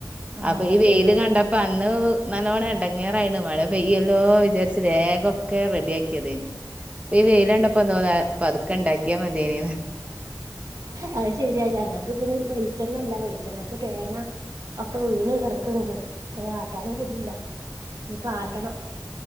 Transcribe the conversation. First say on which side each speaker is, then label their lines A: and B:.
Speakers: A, on the right; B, on the right.
A: ആഹ്
B: അപ്പൊ
A: അത്
B: ഈ വെയില്
A: ശരിയാ
B: കണ്ടപ്പോ അന്ന് നല്ലവണം എടങ്ങേറായിണ് മഴ പയ്യല്ലോ വിചാരിച്ച്ച് വേഗൊക്കെ റെഡിയ ആക്കിയത ഇനി ഇപ്പ ഈ വെയിലണ്ടപ്പോന്തോന്നാ പതുക്കെ ഉണ്ടാക്കിയാ മതിേനിന്ന്
A: അത് ശരിയ ഞങ്ങക്ക് ഇപ്പ വെളിച്ചെണ്ണ ഇല്ല വെളിച്ചെണ്ണക്ക് തേങ്ങ ഒക്കെ വീണ് കിടക്കണ്ട് അ ആട്ടാനും കുടീല്ല ഇനിപ്പ ആട്ടണം